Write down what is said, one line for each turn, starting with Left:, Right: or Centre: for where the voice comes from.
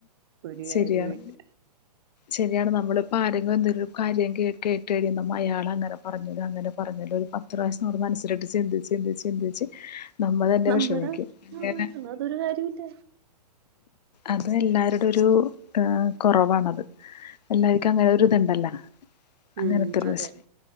Right: ഒരു കാര്യോവില്ല
Left: ശരിയാണ് ശരിയാണ് നമ്മളിപ്പോ ആരെങ്കിലും എന്തെലുവൊരു കാര്യം കേ കേ കേട്ടുകഴിയുമ്പോ അയാളങ്ങനെ പറഞ്ഞല്ലോ അങ്ങനെ പറഞ്ഞല്ലോ ഒരു പത്ത് പ്രാവശ്യം നമ്മള് മനസിലിട്ട് ചിന്തിച്ച് ചിന്തിച്ച് ചിന്തിച്ച് നമ്മൾ തന്നെ
Right: നമ്മുടെ
Left: വിഷമിക്കും അങ്ങനെ
Right: ആ എന്ന അതൊരു കാര്യോവില്ല
Left: അത് എല്ലാരുടെ ഒരു അ കുറവാണത് എല്ലാർക്കും അങ്ങനൊരു ഇതുണ്ടല്ലോ അങ്ങനത്തൊരു
Right: ഉം
Left: പ്രശ്നം
Right: അതെ